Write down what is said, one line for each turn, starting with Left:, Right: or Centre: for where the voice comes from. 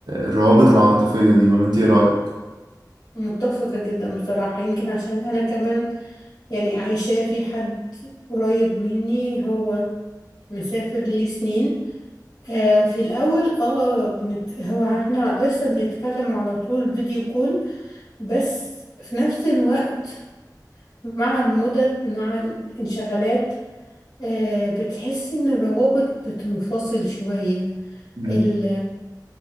Right: الروابط العاطفية دي ولا انت ايه رأيك؟
Left: متفقة جدا بصراحة يمكن عشان أنا كمان يعني عايشاه في حد قريب مني هو مسافر ليه سنين آه في الأول اه بنت... هو احنا لسه بنتكلم على طول فيديو كول بس في نفس الوقت مع المدد مع الانشغالات آه بتحس إن الروابط بتنفصل شوية
Right: مم.
Left: ال...